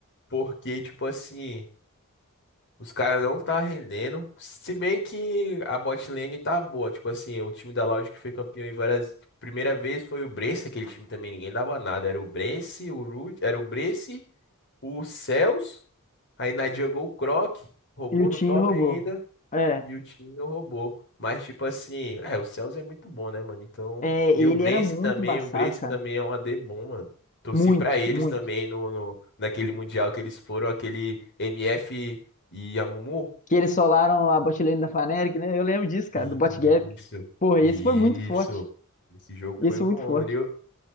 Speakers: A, on the left (about 55°); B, on the left (about 35°).
A: porque, tipo assim. Os caras não tá rendendo. Se bem que a bot lane tá boa. Tipo assim, o time da Loud que foi campeão em várias. Primeira vez foi o Brence, aquele time também ninguém dava nada. Era o Brence, o Root, era o Brence, o Cells. Aí na jungle o Croc, roubou
B: E o Tim
A: no top
B: roubou.
A: ainda.
B: É,
A: E o time roubou. Mas tipo assim, é, o Cells é muito bom, né, mano? Então.
B: é,
A: E
B: ele
A: o Brence
B: era muito
A: também,
B: embaçado,
A: o Brence
B: cara.
A: também é um AD bom, mano. Torci
B: Muito,
A: pra eles
B: muito.
A: também no, no- naquele mundial que eles foram, aquele MF e a Mumu.
B: Que eles solaram a botlane da Fnatic, né? Eu lembro disso, cara,
A: Isso,
B: do botgap. Porra,
A: isso.
B: esse foi muito forte.
A: Esse jogo
B: Esse
A: foi bom,
B: foi muito forte.
A: mano. Eu,